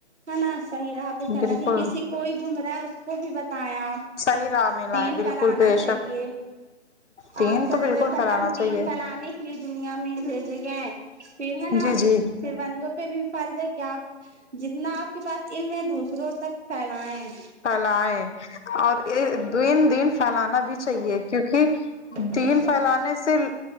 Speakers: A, on the right; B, on the left.
A: ہے نا صحیح رہا پہ چلنا
B: بالکل
A: چاہیے کسی کوئی گم رہا ہے اس کو بھی بتایا
B: صحیح راہ میں لائیں
A: دین
B: بالکل
A: پھیلانا
B: بے
A: چاہیے
B: شک دین
A: آپ صلی
B: تو بالکل
A: اللہ وسلم
B: پھیلانا
A: دین
B: چاہیے
A: پھلا نے کے لیے دنیا میں بھیجے گئے پھر ہے نا
B: جی جی
A: پھر بندوں پہ بھی فرض ہے کہ آپ جتنا آپ کے پاس علم میں دوسروں تک پھیلا یں
B: پھیلائے اور دین دن پھیلانا بھی چاہیے کیونکہ
A: جی بےشک
B: دین پھیلانے سے